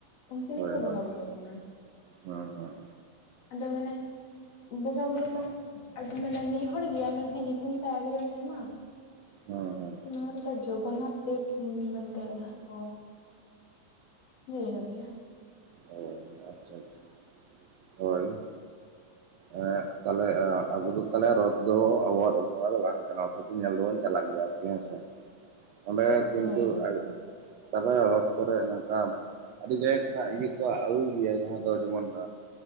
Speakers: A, on the left (about 55°); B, on the right (about 70°).
A: ᱩᱱᱠᱤᱱ
B: ᱦᱳᱭ
A: ᱜᱮᱠᱚ
B: ᱦᱳᱭ
A: ᱵᱚᱸᱜᱟ ᱵᱩᱨᱩ ᱣᱟᱠᱤᱱ-ᱟ
B: ᱦᱮᱸ ᱦᱮᱸ
A: ᱟᱫᱚ ᱢᱟᱱᱮ ᱵᱚᱸᱜᱟ ᱵᱩᱨᱩ ᱢᱟ ᱟᱹᱰᱤ ᱢᱟᱱᱮ ᱢᱤᱜ ᱦᱚᱲ ᱜᱮᱭᱟᱭ ᱢᱮᱱᱠᱷᱟᱱ ᱧᱩᱛᱩᱢ ᱛᱟᱭ ᱟᱹᱰᱤ‌ ᱟᱭᱢᱟ
B: ᱦᱳᱭ ᱦᱮᱳᱭ
A: ᱱᱚᱣᱟ ᱨᱮᱫᱚ ᱡᱚᱜᱚᱱᱱᱟᱛᱷ ᱫᱮᱵᱽ ᱢᱮᱱᱛᱮ ᱦᱟᱸᱜ ᱠᱚ ᱞᱟᱹᱭ ᱠᱟᱫᱮᱭᱟ
B: ᱚ ᱟᱪᱪᱷᱟ ᱟᱪᱪᱷᱟ ᱦᱳᱭ ᱮᱸ ᱛᱟᱞᱦᱮ ᱟᱸ ᱟᱵᱚ ᱫᱚ ᱛᱟᱞᱦᱮ ᱨᱚᱛ ᱫᱚ ᱟᱵᱚᱣᱟᱜ ᱵᱚᱸᱜᱟ ᱫᱚ ᱵᱟᱝ ᱠᱟᱱᱟ ᱥᱮᱠᱤ ᱧᱮᱞ ᱫᱚᱵᱚᱱ ᱟᱞᱟᱜ ᱜᱮᱭᱟ ᱟᱨᱠᱤ ᱦᱮᱸᱥᱮ ᱚᱸᱰᱮ ᱠᱤᱱᱛᱩ
A: ᱦᱳᱭ ᱦᱳᱭ
B: ᱟ ᱛᱟᱯᱚᱨᱮ ᱨᱚᱛ ᱠᱚᱨᱮ ᱱᱚᱝᱠᱟ ᱟᱹᱰᱤ ᱡᱟᱭᱜᱟ ᱠᱷᱚᱱᱟᱜ ᱤᱭᱟᱹ ᱠᱚ ᱟᱹᱜᱩᱭ ᱜᱮᱭᱟ ᱡᱟᱸᱦᱟ ᱫᱚ ᱡᱚᱢᱚᱱ